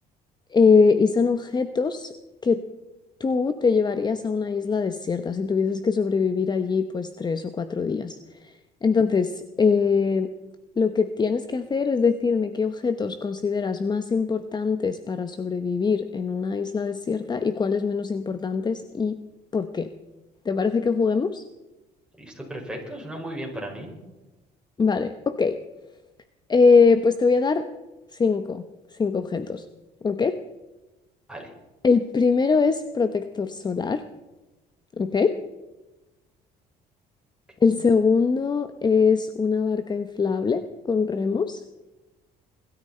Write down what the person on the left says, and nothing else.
Eh, y son objetos que tú te llevarías a una isla desierta si tuvieses que sobrevivir allí pues tres o cuatro días. Entonces, eh, lo que tienes que hacer es decirme qué objetos consideras más importantes para sobrevivir en una isla desierta y cuáles menos importantes y por qué. ¿Te parece que juguemos?
Vale, ok. Eh, pues te voy a dar cinco, cinco objetos, ¿ok?
El primero es protector solar, ¿ok?
El segundo es una barca inflable con remos.